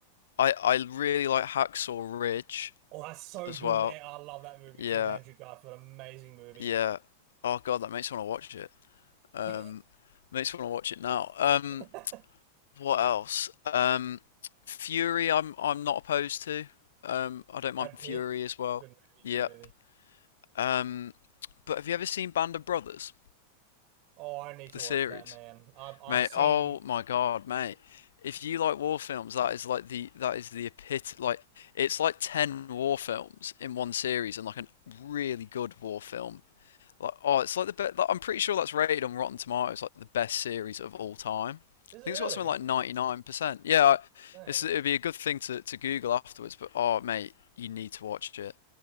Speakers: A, on the left; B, on the right.
A: I I really like Hacksaw Ridge
B: Oh, that's so
A: as
B: good
A: well.
B: with, An- I love that movie
A: Yeah,
B: too with Andrew Garfield. Amazing movie.
A: yeah. Oh God, that makes me want to watch it. Um,
B: <laughs>
A: makes me want to watch it now. Um,
B: Brad
A: what else? Um, Fury, I'm I'm not opposed to. Um, I don't mind
B: Pitt.
A: Fury as well.
B: Good movie,
A: Yep.
B: good movie.
A: Um, but have you ever seen Band of Brothers,
B: Oh, I need to
A: the
B: watch
A: series?
B: that, man. I've I've
A: Mate,
B: seen.
A: oh my God, mate. If you like war films, that is like the that is the epit like it's like 10 war films in one series and like a really good war film Like, oh, it's like the best. Like, I'm pretty sure that's rated on Rotten Tomatoes like the best series of all time.
B: Is
A: I
B: it
A: think
B: really?
A: it's got something like 99%. Yeah,
B: Dang.
A: it's, it'd be a good thing to, to Google afterwards. But oh, mate, you need to watch it.